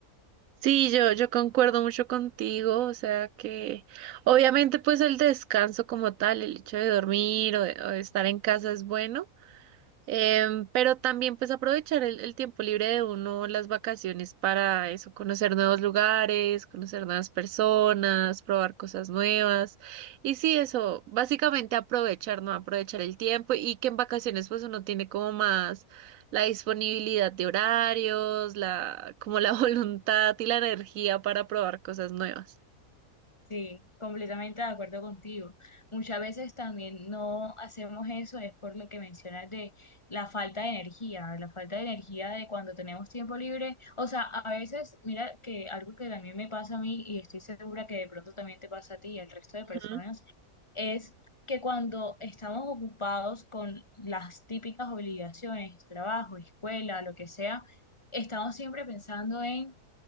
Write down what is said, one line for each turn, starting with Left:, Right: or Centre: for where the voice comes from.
Right: Sí, yo, yo concuerdo mucho contigo, o sea que obviamente pues el descanso como tal, el hecho de dormir o de, o de estar en casa es bueno, Em, pero también pues aprovechar el, el tiempo libre de uno, las vacaciones para eso, conocer nuevos lugares, conocer nuevas personas, probar cosas nuevas. Y sí, eso, básicamente aprovechar, ¿no? Aprovechar el tiempo y que en vacaciones pues uno tiene como más la disponibilidad de horarios, la, como la <laughs> voluntad y la energía para probar cosas nuevas.
Left: Sí, completamente de acuerdo contigo. Muchas veces también no hacemos eso, es por lo que mencionas de la falta de energía, la falta de energía de cuando tenemos tiempo libre. O sea, a veces, mira que algo que también me pasa a mí y estoy segura que de pronto también te pasa a ti y al resto de
Right: Ujú,
Left: personas, es que cuando estamos ocupados con las típicas obligaciones, trabajo, escuela, lo que sea, estamos siempre pensando en